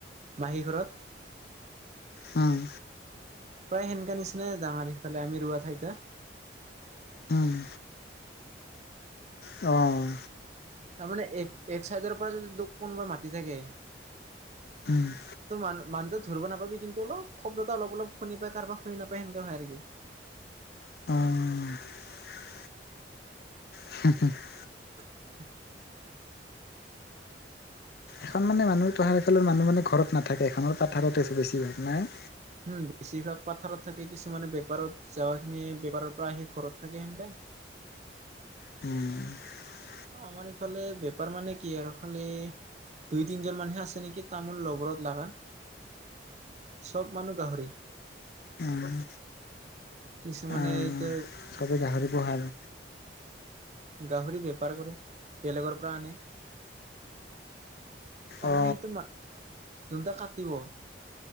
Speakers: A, on the right (about 40°); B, on the left (about 60°).
A: মাহী ঘৰত।
B: উম'।
A: প্ৰায় সেনেকা নিচিনাই ডাঙৰ সিফালে আমি ৰুবা ঠাইটা।
B: উম'। অ'।
A: তাৰমানে এক-এক চাইডৰ পৰা যদি তোক কোনোবাই মাতি থাকে।
B: উম'।
A: ত' মানুহ মানু্হটো ধৰিব নাপাবি কিন্তু অলপ শব্দটা অলপ অলপ শুনি পাই কাৰোাক শুনি নাপায় সেনেককা হয় আৰু কি
B: অঁ <unintelligible>
A: <inaudible>
B: এখন মানে মানুহ তহাৰ ফালৰ মানুহ মানে ঘৰত নাথাকে এখনৰ পথাৰত আছো বেছি ভাগ নাই।
A: উম বেছিভাগ পথাৰত থাকে, কিছুমানে বেপাৰত যাৱা খিনিয়ে বেপাৰৰ পৰা আহি ঘৰত থাকে সেনকে।
B: উম
A: আমাৰ ইফালে বেপাৰ মানে কি আৰু খালি দুই তিনজন মানহে আছে নেকি তামোল লবৰত লগা, চব মানুহ গাহৰি
B: উম
A: কিছুমানে
B: আহ
A: এইটো
B: চবে গাহৰি পোহাল।
A: গাহৰি বেপাৰ কৰে, বেলেগৰ পৰা আনে। তাৰমানে
B: অ
A: সেইটো ন যোনটো কাটিব